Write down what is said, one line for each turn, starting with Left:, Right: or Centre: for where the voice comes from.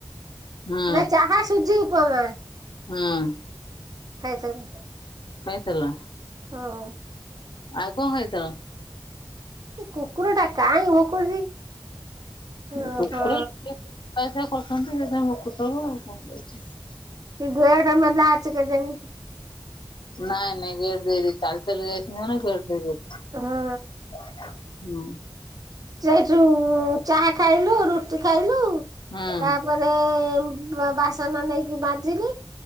Left: ହୁଁ
Right: ନାଇ ଚାହା ସୁଜି ଉପମା।
Left: ହଁ।
Right: ଖାଇ ସାରି
Left: ସୋଇଥିଲ?
Right: ହଁ।
Left: ଆଉ କଅଁ ଖାଇ ଥଲ।
Right: ସେ କୁକୁର ଟା କାଇଁ ଭୁକୁଛି।
Left: <unintelligible>
Right: ଓହୋ କି ଗେଡ଼ମେଲା ଅଛି କେଯାଣି
Left: ନାଇଁ ନାଇଁ ଗେଟ ଦେଇଦେଇଛି ଚାଲି ଚାଲି ଯାଇ ଚି ନା ଗେଟ ଦେଇଦି।
Right: ହଁ
Left: ହୁଁ।
Right: ସେଇଠୁ ଚାହା ଖାଇଲୁ ରୁଟି ଖାଇଲୁ
Left: ହୁଁ
Right: ତାପରେ ସେ ବାସନ ନେଇକି ମାଜିଲି